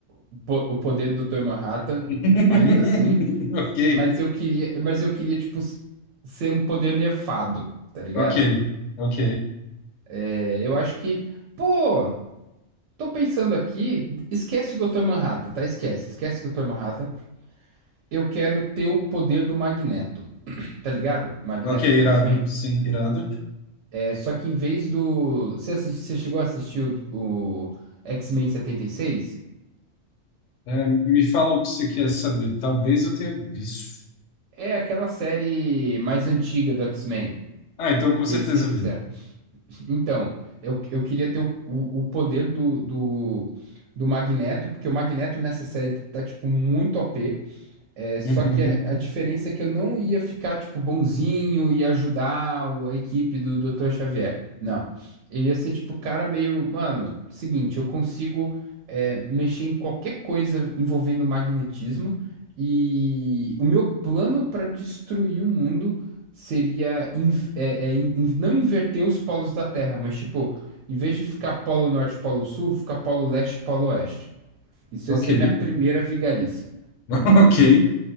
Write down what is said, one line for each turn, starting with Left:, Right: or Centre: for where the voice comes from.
Right: o po- o poder do Dr. Manhattan,
Left: <laughs>
Right: ainda assim,
Left: Ok,
Right: mas eu queria, mas eu queria tipo s- ser um poder nerfado, tá ligado?
Left: ok, ok.
Right: É, eu acho que, pô, tô pensando aqui, esquece o Dr. Manhattan, tá? Esquece, esquece o Dr. Manhattan. Eu quero ter o poder do Magneto, tá ligado? Magneto
Left: Ok, irado.
Right: do X-Men.
Left: Sim, irado.
Right: É só que em vez do. Você, assis- você chegou a assistir o, o X-Men 76?
Left: É, me fala o que você quer saber. Talvez eu tenha visto.
Right: É aquela série mais antiga do X-Men
Left: Ah, então com
Right: que
Left: certeza
Right: eles refizeram.
Left: vi.
Right: Então, eu, eu queria ter o, o, o poder do, do, do Magneto, porque o Magneto nessa série tá, tipo, muito O p É, só
Left: Uhum.
Right: que a, a diferença é que eu não ia ficar, tipo, bonzinho e ajudar o- a equipe do Dr. Xavier. Não. Eu ia ser, tipo, cara meio. Mano, seguinte, eu consigo é, mexer em qualquer coisa envolvendo magnetismo. E o meu plano para destruir o mundo seria inv- é, é, in- in- não inverter os polos da Terra, mas, tipo, em vez de ficar polo norte, polo sul, ficar polo leste, polo oeste. Isso
Left: Ok,
Right: ia ser minha primeira vigarice.
Left: <laughs> ok.